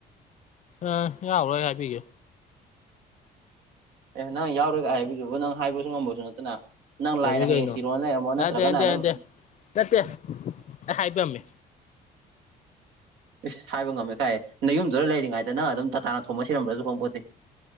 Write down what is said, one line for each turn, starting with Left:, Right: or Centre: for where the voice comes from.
Left: ꯑ ꯌꯥꯥꯎꯔ ꯍꯥꯏ ꯄꯤꯒꯦ꯫
Right: ꯑꯦ ꯅꯪ ꯌꯥꯎꯔꯣꯢꯒ ꯍꯥꯏꯕꯤꯗꯨꯕ ꯅꯪ ꯍꯥꯏꯕꯁꯨ ꯉꯝꯕꯁꯨ ꯅꯠꯇꯅ꯫ ꯅꯪ ꯂꯥꯏꯅ
Left: ꯌꯥꯝꯃꯤ
Right: ꯍꯌꯦꯡ
Left: ꯀꯩꯅꯣ
Right: ꯁꯤꯔꯣꯅ ꯂꯩꯔꯝꯃꯣ ꯅꯠꯇ꯭ꯔꯒꯅ
Left: ꯅꯠꯇꯦ ꯅꯠꯇꯦ
Right: ꯑꯗꯨꯝ
Left: ꯅꯠꯇꯦ ꯅꯠꯇꯦ ꯑꯩ ꯍꯥꯏꯕꯤꯔꯝꯃꯦ
Right: ꯏꯁ ꯍꯥꯏꯕ ꯉꯝꯃꯦ ꯀꯥꯏꯌꯦ ꯅꯌꯨꯝꯗꯨꯗ ꯂꯩꯔꯤꯉꯩꯗ ꯅꯪ ꯑꯗꯨꯝ ꯇꯇꯥꯅ ꯊꯣꯃ ꯁꯤꯔꯝꯕ꯭ꯔꯁꯨ ꯈꯪꯄꯣꯠꯇꯦ꯫